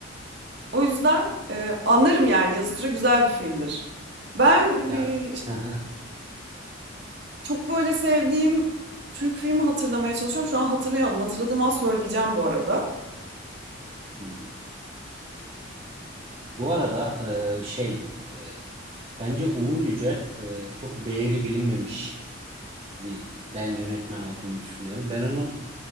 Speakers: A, on the right (about 60°); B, on the right (about 30°).
A: O yüzden e, anlarım yani yazı tura güzel bir filmdir. Ben
B: Ya
A: e,
B: hı hı.
A: Çok böyle sevdiğim Türk filmi hatırlamaya çalışıyorum. Şu an hatırlayamadım. Hatırladığım an söyleyeceğim bu arada.
B: Hı. Bu arada e, şey e, bence Uğur Yücel e, çok değeri bilinmemiş bir ben yönetmen olduğunu düşünüyorum. Ben onun